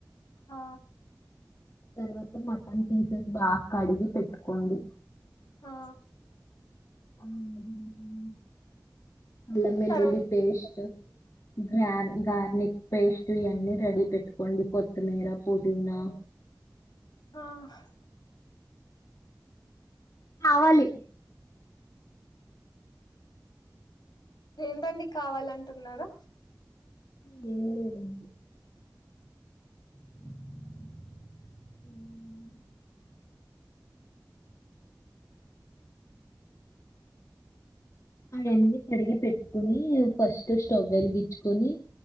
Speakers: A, on the left; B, on the left.
A: ఆ
B: తర్వాత మటన్ తీసేసి బాగ్కడిగి పెట్టుకోండి.
A: ఆ
B: అల్లం వెల్లుల్లి పేస్ట్ అల్లం వేల్లుల్లి
A: తర్వాత
B: పేస్ట్ గ్రా గార్నిక్ పేస్ట్ ఇవన్నీ రెడి పెట్టుకోండి. కొత్తిమీర పుదీనా
A: హా హ్హ్
B: కావాలి
A: ఏంటండి కావాలంటున్నారు
B: వెళ్లుదమ్ మ్మ్ హ్హ్ అవన్నీ కడిగి పెట్టుకుని ఫస్ట్ స్టవ్ వెలిగించు కొని